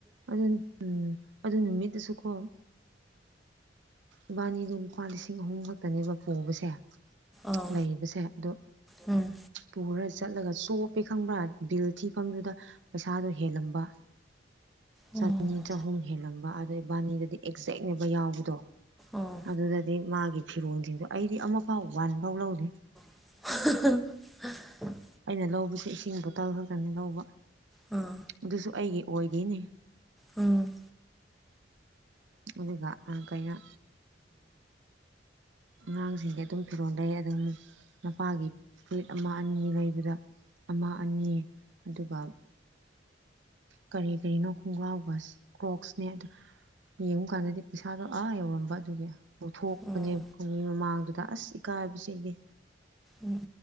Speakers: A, on the right; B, in the centre.
A: ꯑꯗꯨꯅꯤ ꯎꯝ ꯑꯗꯨ ꯅꯨꯃꯤꯠ ꯑꯗꯨꯁꯨꯀꯣ ꯏꯕꯥꯅꯤꯗꯣ ꯂꯨꯄꯥ ꯂꯤꯁꯤꯡ ꯑꯍꯨꯝ ꯈꯛꯇꯅꯦꯕ ꯄꯨꯕꯁꯦ
B: ꯑꯥ
A: ꯂꯩꯕꯁꯦ ꯑꯗꯣ
B: ꯎꯝ
A: ꯄꯨꯔ ꯆꯠꯂꯒ ꯆꯣꯞꯄꯦ ꯈꯪꯕ꯭ꯔꯥ ꯕꯤꯜ ꯊꯤꯐꯝꯗꯨꯗ ꯄꯩꯁꯥꯗꯣ ꯍꯦꯜꯂꯝꯕ
B: ꯎꯝ
A: ꯆꯅꯤ ꯆꯍꯨꯝ ꯍꯦꯜꯂꯝꯕ ꯑꯗꯣ ꯏꯕꯥꯅꯤꯗꯗꯤ ꯑꯦꯛꯖꯦꯛꯅꯦꯕ ꯌꯥꯎꯕꯗꯣ
B: ꯑꯣ
A: ꯑꯗꯨꯗꯗꯤ ꯃꯥꯒꯤ ꯐꯤꯔꯣꯜꯁꯤꯡꯗꯣ ꯑꯩꯗꯤ ꯑꯃꯐꯥꯎ ꯋꯥꯟ ꯐꯥꯎ ꯂꯧꯗꯦ
B: <inaudible>
A: ꯑꯩꯅ ꯂꯧꯕꯁꯤ ꯏꯁꯤꯡ ꯕꯣꯇꯜ ꯈꯛꯇꯅꯤ ꯂꯧꯕ
B: ꯑꯥ
A: ꯑꯗꯨꯁꯨ ꯑꯩꯒꯤ ꯑꯣꯏꯗꯦꯅꯦ
B: ꯎꯝ
A: ꯑꯗꯨꯒ ꯑ ꯀꯩꯅ ꯑꯉꯥꯡꯁꯤꯡꯗꯤ ꯑꯗꯨꯝ ꯐꯤꯔꯣꯜ ꯂꯩ ꯑꯗꯨ ꯃꯄꯥꯒꯤ ꯐꯨꯔꯤꯠ ꯑꯃ ꯑꯅꯤ ꯂꯩꯕꯗ ꯑꯃ ꯑꯅꯤ ꯑꯗꯨꯒ ꯀꯔꯤ ꯀꯔꯤꯅꯣ ꯈꯣꯡꯒ꯭ꯔꯥꯎꯒ ꯀ꯭ꯔꯣꯛꯁꯅꯦ ꯑꯗꯨ ꯌꯦꯡꯉꯨ ꯀꯥꯟꯗꯗꯤ ꯄꯩꯁꯥꯗꯣ ꯑꯥ ꯌꯧꯔꯝꯕ ꯑꯗꯨꯒꯤ ꯂꯧꯊꯣꯛꯄꯅꯦꯕꯀꯣ
B: ꯑꯣ
A: ꯃꯃꯥꯡꯗꯨꯗ ꯑꯁ ꯏꯀꯥꯏꯕꯕꯁꯤꯗꯤ
B: ꯎꯝ